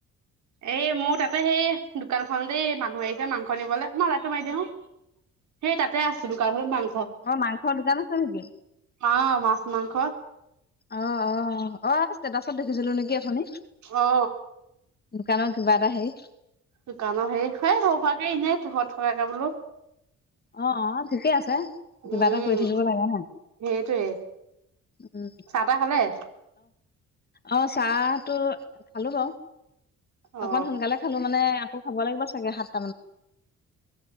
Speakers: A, on the right; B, on the left.
A: এ মোৰ তাতে সেই দোকানখনতেই মানুহ আহিছে মাংস নিবলে? মা লাইটটো মাৰি দিয়া হো সেই তাতে আছো দোকানখনত মাং
B: অ মাংসৰ দোকান আছে নেকি?
A: অ মাছ -মাংস।
B: অ অ অ ষ্টেটাচত দেখিছিলোঁ নেকি অথনি।
A: অ।
B: দোকানৰ কিবা এটা হেৰিত
A: দোকানৰ হেৰি হয় সৰু হোৱাকে এনেই থ থৈ আহগে বোলো।
B: অ অ ঠিকে আছে
A: উম
B: কিবা এটা কৰি থাকিব
A: সেইটোৱে।
B: লাগে ন উম
A: চাহ তাহ খালে?
B: অ চাহটো খালো বাও।
A: অ
B: অকমান সোনকালে খালো মানে আকৌ খাব লাগিব চাগে সাত
A: অ